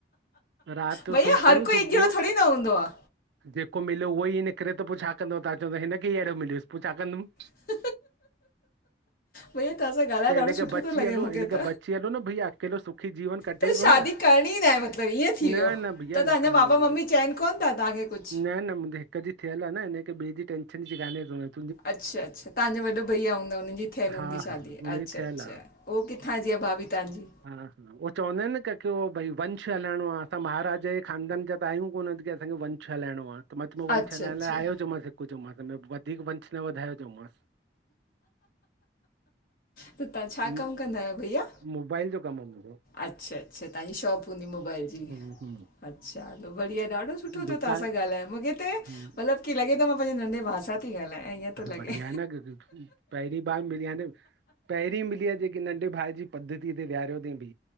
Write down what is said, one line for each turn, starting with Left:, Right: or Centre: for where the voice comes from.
Right: राति
Left: भईया
Right: जो सुम्ही
Left: हर
Right: पयूं
Left: कोई
Right: सुबुह
Left: हिक जहिड़ो थोडी न हूंदो आ।
Right: जेको मिलियो उहो ई निकिरे त पो छा कंदो तव्हां चवंद हिनखे ही अहिड़ो मिलियुसि पो छा कंदुमि?
Left: <inaudible> भईया तव्हां सां ॻाल्हाए
Right: त
Left: ॾाढो
Right: हिन खे
Left: सुठो
Right: बची
Left: थो लॻे
Right: हलो
Left: मूंखे
Right: हिन खे
Left: त
Right: बची हलो न भईया अकेलो सुखी जीवन कटे
Left: त शादी
Right: थो न
Left: करणी ई न आहे मतिलब ईअं थी वियो
Right: न
Left: त
Right: न भईया
Left: तव्हांजा
Right: न करणी
Left: मापा
Right: आहे बिल्कुलु।
Left: मम्मी चवनि कोन्ह था तव्हांखे कुछ?
Right: न न मुंहिंजे हिक जी थियल आ न इन करे ॿिए जीं टेंशन जी कान्हे ज़रूरत।
Left: अच्छा अच्छा तव्हांजा वॾो भईया हूंदा हुननि जी थयल हूंदी
Right: हा
Left: शादी
Right: हा हुनजी
Left: अच्छा
Right: थियल
Left: अच्छा।
Right: आहे
Left: उह किथां जी आहे भाभी तव्हांजी?
Right: हा हा उहो चवंदा आहिनि न की की भई वंश हलाइणो आहे असां महाराज जे ख़ानदान ज आहियूं कोन असांखे वंश हलाइणो आहे त वंश
Left: अच्छा
Right: हलाइण
Left: अच्छा
Right: लाइ आयो <unintelligible> वधीक वंश न वधायो चयोमास।
Left: त तव्हां छा
Right: न
Left: कम कंदा आहियो भईया?
Right: मोबाइल जो कम आ मुंजो।
Left: अच्छा अच्छा तव्हांजी शॉप हूंदी मोबाइल जी।
Right: हम्म हम्म
Left: अच्छा हलो बढ़िया ॾाढो सुठो थियो
Right: दुकान
Left: तव्हां सां ॻाल्हायो मूंखे त
Right: हम्म
Left: मतलब की लॻे थो कि मां पंहिंजे नंढे भा सां थी ॻाल्हायां ईअं
Right: हा,
Left: थो लॻे।
Right: बढ़िया <inaudible> पहिरीं बार मिली आ, न पहिरीं मिली आ जेकी नंढे भाउ जी पद्धति ते वेहारियो थी बी